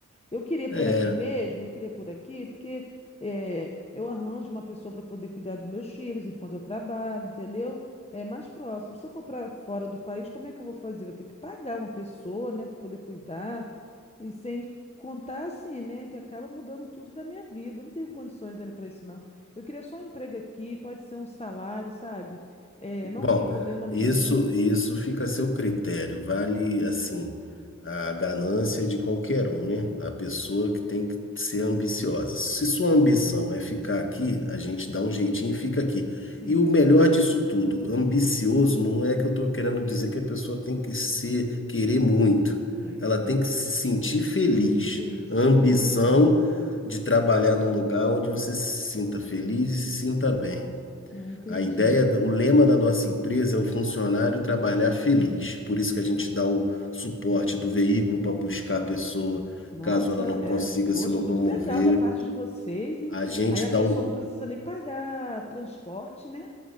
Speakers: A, on the left; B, on the left.
A: Eu queria por
B: É.
A: aqui mesmo, eu queria por aqui, porque eh, eu arranjo uma pessoa para poder cuidar dos meus filhos enquanto eu trabalho, entendeu? É mais próximo. Se eu for para fora do país, como é que eu vou fazer? Vou ter que pagar uma pessoa, né, para poder cuidar. E sem contar assim, né, que acaba mudando tudo da minha vida. Eu não tenho condições ainda para isso, não. Eu queria só um emprego aqui, pode ser um salário, sabe? Eh, não
B: Bom,
A: tem problema nenhum.
B: isso isso fica a seu critério. Vale assim a ganância de qualquer um, né? A pessoa que tem que ser ambiciosa. Se sua ambição é ficar aqui, a gente dá um jeitinho e fica aqui.
A: Sim,
B: E o melhor disso tudo, ambicioso não é que eu estou querendo dizer que a pessoa tem que ser querer muito.
A: eu entendi.
B: Ela tem que se sentir feliz.
A: Tem que, é isso,
B: A ambição
A: querer o melhor.
B: de trabalhar num lugar onde você se sinta feliz e se sinta bem.
A: Eu entendi.
B: A ideia, o lema da nossa empresa é o funcionário trabalhar feliz. Por isso que a gente dá o suporte do veículo para buscar a pessoa,
A: Nossa,
B: caso ela não consiga
A: é, poxa,
B: se locomover.
A: muito legal da parte de vocês, hein?
B: A gente
A: Aí a
B: dá
A: pessoa
B: o,
A: não precisa nem pagar transporte, né?